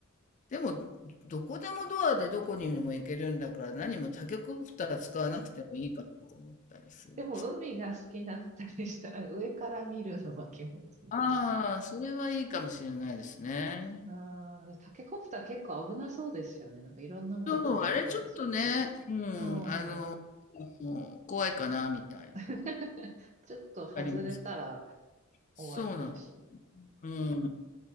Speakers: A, on the left; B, on the right.
A: でも、どこでもドアでどこにでも行けるんだから、何もタケコプター使わなくてもいいかなと思ったりする。
B: でも、海が好きだったりしたら、上から見るのは気持ちいい。
A: ああ、それはいいかもしれないですね。
B: ああ、タケコプター結構危なそうですよね。なんかいろんなもん飛んでそうです。
A: そう、あれちょっとね、うん、
B: うん。
A: あの、もう怖いかな、みたいな。
B: <laughs> ちょっと外れたら
A: あります。そうなん、
B: 終わりだし。
A: うん、